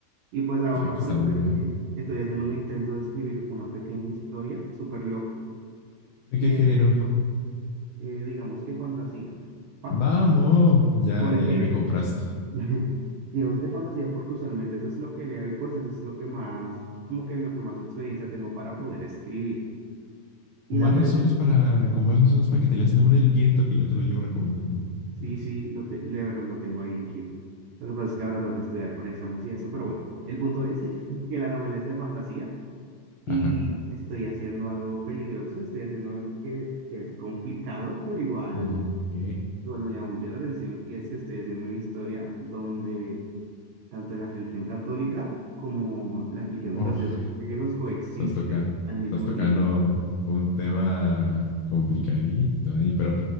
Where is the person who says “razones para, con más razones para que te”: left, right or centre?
Left